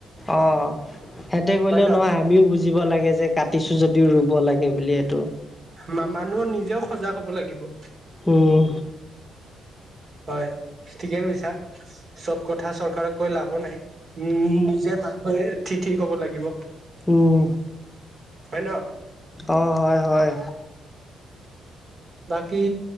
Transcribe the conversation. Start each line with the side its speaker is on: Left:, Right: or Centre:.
Left: অ হেতে কলেও
Right: হয় ন
Left: নহয় আমিও বুজিব লাগে যে কাটিছো যদিও ৰুব লাগে সেইবুলি এইটো
Right: মানুহৰ নিজেও সজাগ হ'ব লাগিব
Left: উম
Right: হয় ঠিকে কৈছা চব কথা চৰকাৰক কৈ লাভও নাই উম নিজে মানুহে ঠিক ঠিক হব লাগিব
Left: উম
Right: হয় ন
Left: অ হয় হয়
Right: বাকী